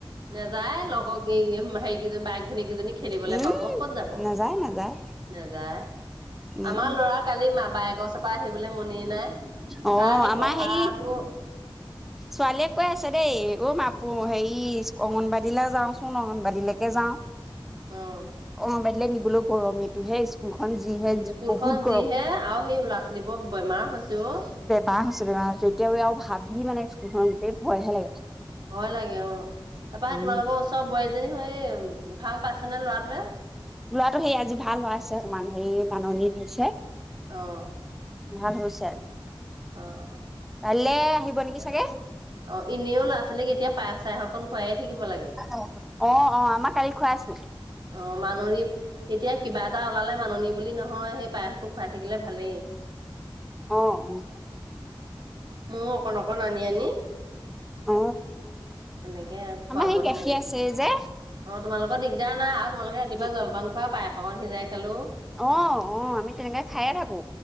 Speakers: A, on the right (about 55°); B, in the centre.
A: নাযায় লগৰ হেৰিকেইজন বাইক ভনীয়েক কেইজনী খেলিবলৈ
B: উম
A: পাব ক'ত যাব।
B: নাযায় নাযায়
A: নাযায়
B: উম
A: আমাৰ লৰা কালি মা বায়েকৰ ওচৰৰ পৰা আহিবলৈ মনেই নাই।
B: অঁ
A: তাৰ সেই
B: আমাৰ
A: পঢ়াটো
B: হেৰি ছোৱালীয়ে কৈ আছে দেই অ মাঁ পো হেৰি অংগনবাড়ীলৈ যাওঁচোন অগনবাড়ীলৈকে যাওঁ।
A: অঁ।
B: অংগনবাড়ীলৈ নিবলৈও গৰম এইটোহে স্কুলখন যিহে
A: স্কুলখন
B: বহুত
A: যিহে
B: গৰম।
A: আৰু সেই লৰা ছোৱালীবোৰৰ বেমাৰ হৈছে ঔ।
B: বেমাৰ হৈছে বেমাৰ হৈছে। এতিয়া আৰু হাবি মানে স্কুলখন গোটেই ভয়হে লাগে।
A: ভয় লাগে অঁ, তাৰপৰা সেই
B: উম
A: তোমালোকৰ ওচৰৰ বোৱাৰীজনী সেই ভাল পাইছেনে ল'ৰাটোৱে?
B: লোৱাটো সেই আজি ভাল হোৱাইছে অকমান সেই মাননী দিছে।
A: অঁ।
B: ভাল হৈছে।
A: অঁ অঁ।
B: কাইলৈ আহিব নেকি চাগে।
A: অ' এনেও ল'ৰা ছোৱালীক এতিয়া পায়স চায়স অকণ খোৱাই থাকিব লাগে।
B: অঁ অঁ, আমাৰ কালি খুৱাইছিলে।
A: অ মাননী এতিয়া কিবা এটা ওলালে মাননী বুলি নহয় সেই পায়সটো খুৱাই থাকিলে ভালেই।
B: অঁ অঁ।
A: মইও অকণ অকণ আনি আনি
B: অ
A: তেনেকে
B: আমাৰ
A: খোৱাবহে
B: সেই গাখীৰ
A: লাগিব।
B: আছে যে
A: অঁ তোমালোকৰ দিগদাৰ নাই, আৰু তোমালোকে ৰাতিপুৱা
B: উ
A: জলপান খোৱা পায়স অকমান সিজাই খালো
B: অঁ অঁ আমি তেনেকে খাইয়ে থাকো।